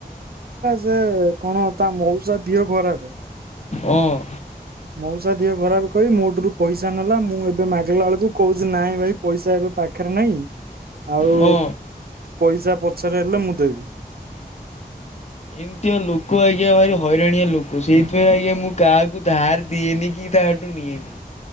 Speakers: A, on the right; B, on the left.
A: ଯେ କଣ ତା ମଉସା ଦିହ ଖରାପ
B: ଅଁ
A: ମଉସା ଦେହ ଖରାପ କହି ମୋ ଠୁରୁ ପଇସା ନେଲା ମୁଁ ଏବେ ଏବେ ମାଗିଲା ବେଳକୁ କହୁଛି ନାଇଁ ଭାଇ ପଇସା ଏବେ ପାଖରେ ନାଇଁ ଆଉ
B: ହଁ।
A: ପଇସା ପଛରେ ହେଲେ ମୁଁ ଦେବି।
B: ଏମିତିଆ ଲୋକ ଆଜ୍ଞା ଭାରି ହଇରାଣିଆ ଲୋକ। ସେଇଥିପାଇଁ ଆଜ୍ଞା ମୁଁ କାହାକୁ ଧାର ଦିଏନି କି କାହାଠୁ ନିଏନି।